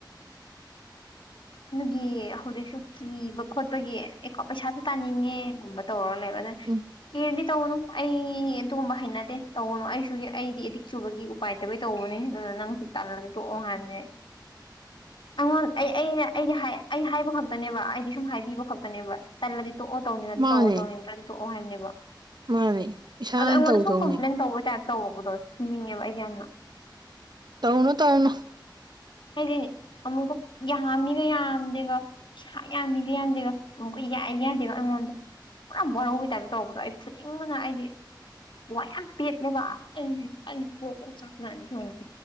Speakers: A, on the left (about 85°); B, on the right (about 60°).
A: ꯑꯗꯨꯗꯤ ꯍꯧꯖꯤꯛꯁꯨ ꯀꯤꯕ- ꯈꯣꯠꯄꯒꯤ ꯑꯦꯀꯥꯎꯟ ꯄꯩꯁꯥꯖꯨ ꯇꯥꯅꯤꯡꯉꯦꯒꯨꯝꯕ ꯇꯧꯔ ꯂꯩꯕ ꯑꯗꯩ
B: ꯎꯝ
A: ꯀꯤꯔꯗꯤ ꯇꯧꯔꯨꯅꯨ ꯑꯩ ꯑꯗꯨꯒꯨꯝꯕ ꯍꯩꯅꯗꯦ ꯇꯧꯒꯅꯨ ꯑꯩꯁꯨꯅꯦ ꯑꯩꯗꯤ ꯑꯦꯗꯤꯛ ꯆꯨꯕꯒꯤ ꯎꯄꯥꯏ ꯂꯩꯇꯕꯒꯤ ꯇꯧꯕꯅꯤ ꯑꯗꯨꯅ ꯅꯪꯁꯨ ꯇꯜꯂꯗꯤ ꯇꯣꯛꯑꯣ ꯍꯥꯏꯕꯅꯦ
B: INAUDIBLE
A: ꯑꯩꯉꯣꯟ ꯑꯩ ꯑꯩꯩꯅꯥ ꯑꯩꯗꯤ ꯍꯥꯏ ꯑꯩ ꯍꯥꯏꯕ ꯈꯛꯇꯅꯦꯕ ꯑꯩꯗꯤ ꯁꯨꯝ ꯍꯥꯏꯕꯤꯕ ꯈꯛꯇꯅꯦꯕ ꯇꯜꯂꯗꯤ ꯇꯣꯛꯑꯣ ꯇꯧꯅꯤꯡꯑꯗꯤ
B: ꯃꯥꯅꯦ
A: ꯇꯧꯑꯣ ꯇꯧꯅꯤꯡꯗ꯭ꯔꯗꯤ ꯇꯣꯛꯑꯣ ꯍꯥꯏꯕꯅꯦꯕꯥ
B: ꯃꯥꯅꯦ ꯏꯁꯥꯅ
A: ꯑꯗꯣ ꯑꯩꯉꯣꯟꯗ
B: ꯇꯧꯗꯧꯅꯦ
A: ꯁꯨꯝ ꯀꯝꯄ꯭ꯂꯦꯟ ꯇꯧꯕꯩ ꯇꯥꯏꯞ ꯇꯧꯔꯛꯄꯗꯣ ꯐꯨꯅꯤꯡꯉꯦꯕ ꯑꯩꯗꯤꯌꯥꯝꯅ
B: ꯇꯧꯅꯨ ꯇꯧꯅꯨ
A: ꯍꯥꯏꯗꯤ ꯑꯃꯨꯛꯀ ꯌꯥꯝꯃꯤꯒ-ꯌꯥꯝꯗꯦꯒ ꯄꯩꯁꯥ ꯌꯥꯝꯃꯤꯒ ꯌꯥꯝꯗꯦꯒ ꯑꯃꯨꯛꯀ ꯌꯥ ꯑꯩ ꯌꯥꯗꯦꯕ ꯑꯩꯉꯣꯟꯗ ꯄꯨꯔꯥ ꯋꯥꯔꯧꯕꯩ ꯇꯥꯏꯞꯇ ꯇꯧꯔꯛꯄꯗꯣ ꯑꯩ ꯐꯨꯅꯤꯡꯕꯅ ꯑꯩꯗꯤ ꯋꯥ ꯌꯥꯝ ꯄꯦꯠꯂꯦꯕ ꯑꯩ ꯑꯩꯗꯤ ꯄ꯭ꯔꯣꯛ-ꯄ꯭ꯔꯣꯛ ꯆꯥꯛꯄꯖꯥꯠꯅꯤ <unintelligible>